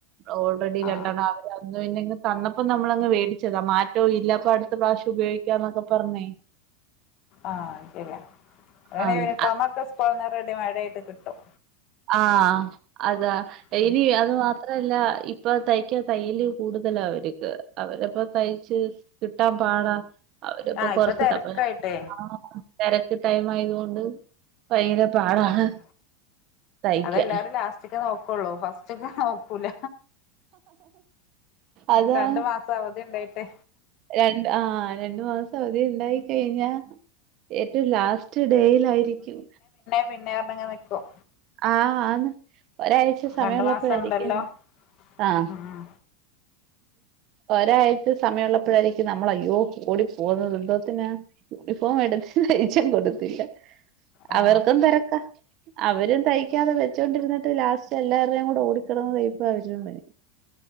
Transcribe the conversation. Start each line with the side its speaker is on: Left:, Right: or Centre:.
Right: ഓൾറെഡി
Left: ആ
Right: രണ്ടെണ്ണം അവര് അന്ന് പിന്നെ ഇങ്ങ് തന്നപ്പം നമ്മളങ്ങ് വേടിച്ചതാ. മാറ്റോം ഇല്ല അപ്പൊ അടുത്ത പ്രാവശ്യം ഉപയോഗിക്കാന്നൊക്കെ പറഞ്ഞേ.
Left: ആഹ് ശരിയാ. <unintelligible> പിന്നെ
Right: ആഹ്
Left: യൂണിഫോമൊക്കെ
Right: അത്
Left: സ്കൂൾന്ന് റെഡിമെയ്ഡ് ആയിട്ട് കിട്ടും.
Right: ആഹ് അതാ.
Left: ഉം.
Right: ഇനി അത് മാത്ര അല്ല. ഇപ്പൊ തയ്ക്കാൻ തയ്യല് കൂടുതലാ അവര്ക്ക്. അവരപ്പ തയ്ച്ച് കിട്ടാൻ പാടാ. അവര്പ്പൊ
Left: ആ
Right: കൊറച്ട്ട്
Left: ഇപ്പൊ തിരക്കായിട്ടേ
Right: പ്പെ ആഹ് തിരക്ക് ടൈം ആയതുകൊണ്ട് ഭയങ്കര പാടാണ്.
Left: ഉം.
Right: തയ്ക്കാൻ
Left: അതെല്ലാരും ലാസ്റ്റ്ക്കെ നോക്കുള്ളൂ. ഫസ്റ്റ് ഒക്കെ നോക്കൂല.
Right: അതാണ്
Left: രണ്ടു മാസം അവധി ഉണ്ടായിട്ട്
Right: രണ്ട് ആഹ് രണ്ടു മാസം അവധി ഉണ്ടായിക്കഴിഞ്ഞാ ഏറ്റവും ലാ സ്റ്റ് ഡേയിലായിരിക്കും
Left: പിന്നേ പറഞ്ഞങ്ങ് നിൽക്കും.
Right: ആഹ് ആന്ന്. ഒരാഴ്ച സമയമുള്ളപ്പോഴായിരിക്കും
Left: രണ്ടു മാസം ഉണ്ടല്ലോ
Right: ആഹ്
Left: ഉം, ഉം.
Right: ഒരാഴ്ച സമയമുള്ളപ്പോഴായിരിക്കും നമ്മൾ അയ്യോ ഓടി പോകുന്നത് എന്തോത്തിനാ യൂണിഫോം എടുത്ത് തയിച്ചാൻ കൊടുത്തില്ല.
Left: ആ
Right: അവർക്കും തിരക്കാ. അവരും തയ്ക്കാതെ വെച്ചൊണ്ടിരുന്നിട്ട് ലാസ്റ്റ് എല്ലാവരുടെേയും കൂടെ ഓടിക്കടന്ന് തയ് <unintelligible>